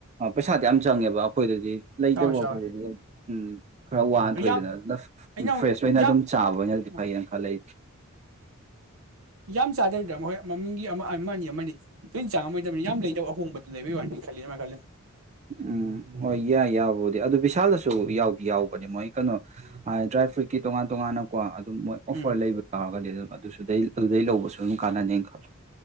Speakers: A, on the right; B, on the right.
A: ꯄꯩꯁꯥꯗꯤ ꯌꯥꯝ ꯆꯪꯉꯦꯕ ꯑꯩꯈꯣꯏꯗꯗꯤ꯫ ꯂꯩꯇꯕꯣ
B: ꯆꯥꯎꯋꯦ ꯆꯥꯎꯋꯦ
A: ꯑꯩꯈꯣꯏꯗꯗꯤ ꯎꯝ ꯈꯔ ꯋꯥꯅ ꯊꯣꯛꯏꯗꯅ
B: ꯌꯥꯝ
A: ꯑꯗꯨꯅ
B: ꯑꯩꯅ ꯑꯃꯨꯛ
A: ꯐ꯭ꯔꯦꯁ ꯑꯣꯏꯅ ꯑꯗꯨꯝ
B: ꯌꯥꯝ
A: ꯆꯥꯕ ꯑꯣꯏꯅꯗꯤ
B: ꯎꯝ
A: ꯐꯩꯌꯦꯅ ꯈꯜꯂꯛꯏ꯫
B: ꯌꯥꯝ ꯆꯥꯗꯕꯤꯗ ꯍꯣꯏ ꯃꯃꯤꯡꯒꯤ ꯑꯃ ꯑꯃꯅꯤ ꯑꯃꯅꯤ ꯂꯣꯏ ꯆꯥꯡꯉꯝꯃꯣꯏꯗꯕꯅꯤ ꯌꯥꯝ ꯂꯩꯗꯕ ꯑꯍꯣꯡꯕꯗꯣ ꯂꯩꯕꯒꯤ ꯋꯥꯅꯤ ꯈꯜꯂꯤ ꯑꯃ ꯈꯜꯂꯤ꯫
A: ꯎꯝ ꯍꯣꯏ ꯌꯥꯏ ꯌꯥꯕꯕꯨꯗꯤ ꯑꯗꯨ ꯕꯤꯁꯥꯜꯗꯁꯨ ꯌꯥꯎꯗꯤ ꯌꯥꯎꯕꯅꯦ ꯃꯣꯏ ꯀꯩꯅꯣ ꯗ꯭ꯔꯥꯏ ꯐ꯭ꯔꯨꯏꯠꯀꯤ ꯇꯣꯉꯥꯟ ꯇꯣꯉꯥꯟꯅꯀꯣ ꯑꯗꯨꯝ ꯃꯣꯏ ꯑꯣꯐꯔ
B: ꯎꯝ
A: ꯂꯩꯕ ꯇꯥꯔꯒꯗꯤ ꯑꯗꯨꯝ ꯑꯗꯨꯁꯨꯗꯩ ꯑꯗꯨꯗꯩ ꯂꯧꯕꯁꯨ ꯑꯗꯨꯝ ꯀꯥꯟꯅꯅꯦꯅ ꯈꯜꯂꯨ꯫